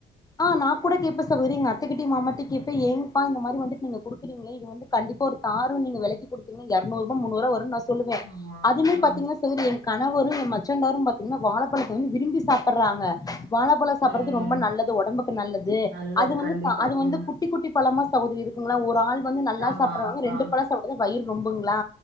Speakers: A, on the left (about 20°); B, on the right (about 65°).
A: ஆ நா கூட கேப்பே சகோதரி எங்க அத்தக்கிட்டயு மாமாகிட்டயு கேப்பே ஏங்க்ப்பா இந்த மாரி வந்துட் நீங்க குடுக்குறீங்ளே இது வந்து கண்டிப்பா ஒரு காரு நீங்க வெலக்கி குடுத்திங்க்னா எரநூறு ரூபா முன்னூறுவா வருன் நா சொல்லுவே
B: ஆமா.
A: அதுமே
B: ம்,
A: பாத்தீங்னா செவரு ஏறி கணவரு எ மச்சன்ந்தாரு பாத்தீங்னா வாழப்பழத்த வந்து விரும்பி சாப்புட்றாங்க வாழபழ சாப்புட்றது
B: ம்.
A: ரொம்ப நல்லது டம்புக்கு நல்லது
B: நல்லது
A: அது வந்து
B: கண்டிப்பா.
A: தா அது வந்து
B: ம்.
A: குட்டி குட்டி பழமா சகோதரி இருக்குங்க்ளா ஒரு ஆள் வந்து நல்லா
B: ஆமா.
A: சாப்புட்றவ்ங்க ரெண்டு
B: ஆ.
A: பழ சாப்டாதா வயிறு நொம்புங்ளா